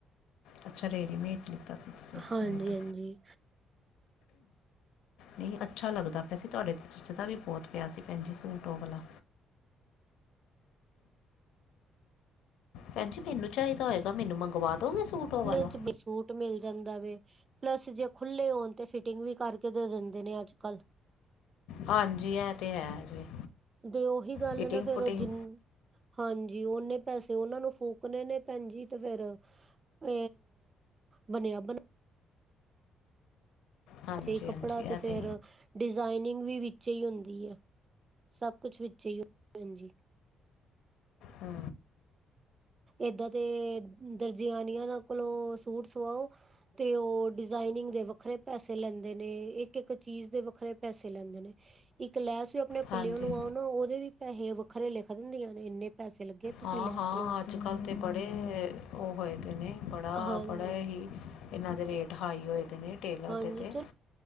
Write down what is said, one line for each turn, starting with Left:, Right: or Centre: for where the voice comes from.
Left: ਅੱਛਾ ਰੇਰੀਮੇਟ ਲਿੱਤਾ ਸੀ ਤੁਸੀ
Right: ਹਾਂਜੀ
Left: ਸੂਟ
Right: ਹਾਂਜੀ
Left: ਨਈ ਅੱਛਾ ਲਗਦਾ ਪਿਆ ਸੀ ਤੁਹਾਡੇ 'ਤੇ ਜਚਦਾ ਵੀ ਬਹੁਤ ਪਿਆ ਸੀ ਭੈਣ ਜੀ ਸੂਟ ਔ ਆਲਾ। ਭੈਣ ਜੀ ਮੈਨੂੰ ਚਾਹੀਦਾ ਹੋਏਗਾ ਮੈਨੂੰ ਮੰਵਾ ਦਉਗੇ ਸੂਟ? ਉਹ ਵਾਲਾ
Right: ਨੇ ਚ ਵਿਚ ਸੂਟ ਮਿਲ ਜਾਂਦਾ ਵੇ ਪਲੱਸ ਜੇ ਖੁੱਲੇ ਹੋਨ ਤੇ ਫਿਟਿੰਗ ਵੀ ਕਰਕੇ ਦੇ ਦਿੰਦੇ ਨੇ ਅੱਜ-ਕੱਲ
Left: ਹਾਂਜੀ ਐ ਤੇ ਹੈ ਜੀ।
Right: ਤੇ ਓਹੀ ਗੱਲ
Left: ਫਿਟਿੰਗ
Right: ਐ ਨਾ, ਫਿਰ
Left: ਫੁਟਿੰਗ
Right: ਜਿੰਨਾ ਹਾਂਜੀ, ਓਨੇ ਪੈਸੇ ਤਾਂ ਓਨਾਂ ਨੂੰ ਫੂਕਨੇ ਨੇ ਭੈਨ ਜੀ, ਤੇ ਫਿਰ ਅ ਬਨੇਆ ਬਨਾਏਆ।
Left: ਹਾਂਜੀ
Right: ਜੇ ਕੱਪੜਾ
Left: ਹਾਂਜੀ
Right: ਤੇ
Left: ਇਹ
Right: ਫੇਰ
Left: ਤਾਂ
Right: ਡਿਜ਼ਾਇਨਿੰਗ ਵੀ ਵਿੱਚੇ ਈ ਹੁੰਦੀ ਐ ਸਬ ਕੁਝ ਵਿੱਚੇ ਈ ਹੁੰਦਾ ਭੈਨ ਜੀ।
Left: ਹਾਂ।
Right: ਏਦਾਂ ਤੇ ਦਰਜੇਆਨੀਆ ਕੋਲੋਂ ਸੂਟ ਸਵਾਓ। ਤੇ ਓ ਡਿਜ਼ਾਇਨਿੰਗ ਦੇ ਵੱਖਰੇ ਪੈਸੇ ਲੈਂਦੇ ਨੇ, ਇੱਕ-ਇੱਕ ਚੀਜ਼ ਦੇ ਵੱਖਰੇ ਪੈਸੇ ਲੈਂਦੇ ਨੇ। ਇੱਕ ਲੈਸ ਵੀ ਆਪਨੇ
Left: ਹਾਂਜੀ
Right: ਪੱਲੇਓ ਲਵਾਓ ਨਾ ਓਦੇ ਵੀ ਪੈਹੇ ਵੱਖਰੇ ਲਿਖ ਦਿੰਦੀਆਂ ਨੇ ਇੰਨੇ। ਪੈਸੇ ਲੱਗੇ ਆ ਤੁਸੀਂ
Left: ਹਾਂ
Right: ਲੈ ਸਕ
Left: ਹਾਂ, ਅੱਜ-ਕੱਲ ਤੇ ਬੜੇ ਓ ਹੋਏ ਦੇ ਨੇ। ਬੜਾ
Right: ਹਾਂਜੀ
Left: ਬੜੇ ਹੀ ਏਨਾਂ ਦੇ ਰੇਟ ਹਾਈ ਹੋਏ ਦੇ ਨੇ ਟੇਲਰ
Right: ਹਾਂਜੀ
Left: ਦੇ ਤੇ
Right: ਚਲੋ